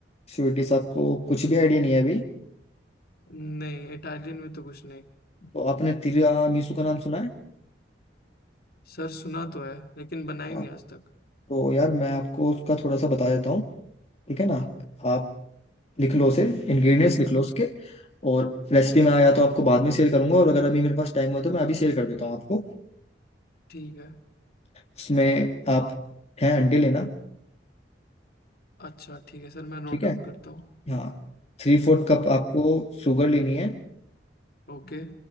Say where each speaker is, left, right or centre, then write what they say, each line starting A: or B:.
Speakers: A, on the left; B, on the left.
A: श्योर डिश आपको कुछ भी आइडिया नहीं है अभी
B: नहीं इटालियन में तो कुछ नहीं
A: तो आपने तिरामिसू का नाम सुना है
B: सर सुना तो है लेकिन बनाई
A: हाँ,
B: नहीं आज तक
A: तो यार मैं आपको उसका थोड़ा सा बता देता हूँ ठीक है ना आप लिख लो उसे इंग्रेडिएंट्स लिख लो उसके और रेसिपी मैं या तो आपको बाद में शेयर करूंगा और अगर अभी मेरे पास टाइम हो तो मैं अभी शेयर कर देता हूँ आपको
B: ठीक है
A: उसमें आप है अंडे लेना
B: अच्छा ठीक है सर मैं नोट
A: ठीक
B: डाउन
A: है
B: करता हूँ
A: हाँ थ्री फोर्थ कप
B: ओ-
A: आपको शुगर लेनी है
B: ओके